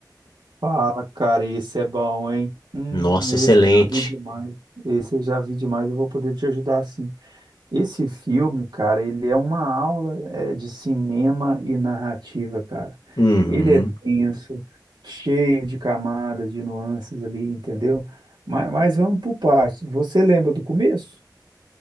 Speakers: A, on the right; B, on the left.
A: Fala, cara, esse é bom, hein? Hum,
B: Nossa,
A: esse
B: excelente.
A: eu já vi demais. Esse eu já vi demais, eu vou poder te ajudar sim. Esse filme, cara, ele é uma aula é, de cinema e narrativa, cara.
B: Uhum.
A: Ele é denso, cheio de camadas, de nuances ali, entendeu? Mas, mas vamos por partes. Você lembra do começo?